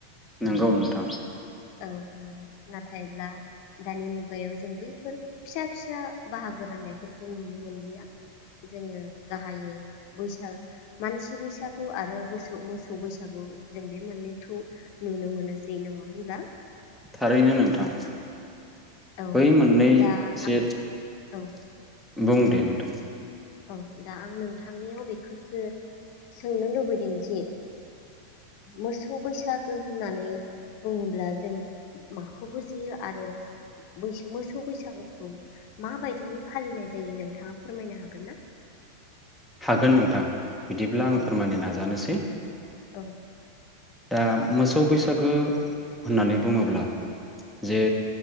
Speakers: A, in the centre; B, on the left (about 50°).
A: नंगौ नोंथां।
B: औ नंगौ नाथाय ब्ला दानि मुगायाव जों बैफोर फिसा -फिसा बाहागो राननायफोरखौ नुनो मोनलिया जोङो गाहायै बैसाग मानसि बैसागु आरो मोसौ मोसौ बैसागु जों बे मोननैखौ नुनो मोनोसै नङा होनब्ला?
A: थारैनो नोंथां।
B: औ
A: बै मोननै
B: दा
A: जेरै-
B: आं औ
A: बुं दे नोंथां।
B: औ दा आं नोंथांनियाव बेखौसो सोंनो लुबैदों जे मोसौ बैसागो होननानै बुङोब्ला जों माखौ बुजियो आरो मोसौ बैसागोखौ माबायदिै फालिनाय जायो नोंथाङा फोरमायनो हागोन ना?
A: हागोन नोंथां। बिदिब्ला
B: औ
A: आं फोरमायनो नाजानोसै
B: औ।
A: दा मोसौ बैसागो होननानै बुङोब्ला जे